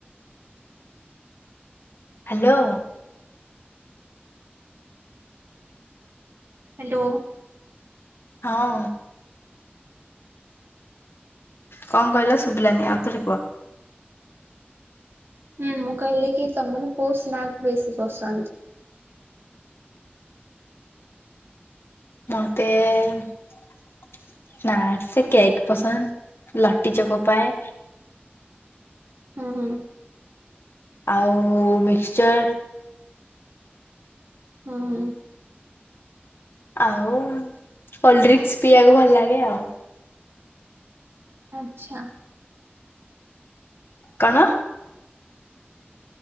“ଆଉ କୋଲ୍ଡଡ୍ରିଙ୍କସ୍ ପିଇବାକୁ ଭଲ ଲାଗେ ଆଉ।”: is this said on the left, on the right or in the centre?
Left